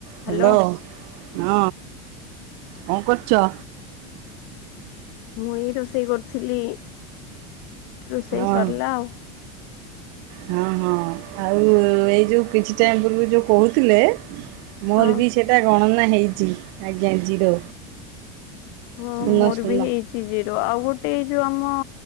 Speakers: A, on the right; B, on the left.
A: ହାଲୋ
B: ହ୍ୟାଲୋ
A: ହଁ କଣ କରୁଚ?
B: ମୁଁ ଏଇ ରୋଷେଇ କରୁଥିଲି। ରୋଷେଇ
A: ହଁ।
B: ସରିଲା ଆଉ
A: ହଁ ହଁ ଆଉ ଏଇ ଯୋଉ କିଛି ଟାଇମ ପୂର୍ବରୁ ଯୋଉ କହୁଥିଲେ ମୋର
B: ହଁ।
A: ବି ସେଟା ଗଣନା ହେଇଛି ଆଜ୍ଞା ଜିରୋ।
B: ହଁ
A: ଶୂନ
B: ମୋର
A: ଶୂନ।
B: ବି ହେଇଚି। ଜିରୋ ଆଉ ଗୋଟେ ଏଇ ଯୋଉ ଆମ